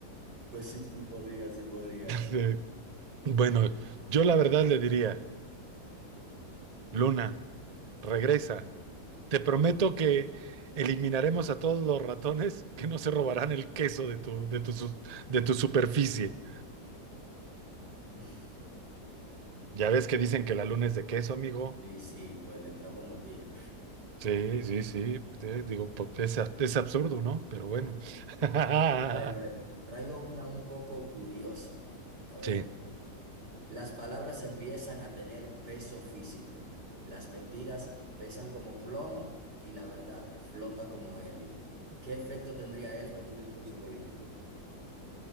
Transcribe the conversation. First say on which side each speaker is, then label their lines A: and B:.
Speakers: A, on the right (about 75°); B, on the right (about 45°).
A: pues sí, sí podría, sí podría.
B: Sí. Bueno, yo la verdad le diría, Luna. Regresa. Te prometo que eliminaremos a todos los ratones que no se robarán el queso de tu, de tu, su- de tu superficie.
A: <laughs>
B: Ya ves que dicen que la luna es de queso, amigo.
A: Sí, sí, pues le entramos mordida.
B: Sí, sí, sí. pues, eh, digo, pues, es, a- es absurdo, ¿no? Pero bueno. <laughs>
A: A ver, a ver, traigo una un poco curiosa. A ver,
B: Sí.
A: las palabras empiezan a tener peso físico, las mentiras pesan como plomo y la verdad flota como helio. ¿Qué efecto tendría esto en un discurso político?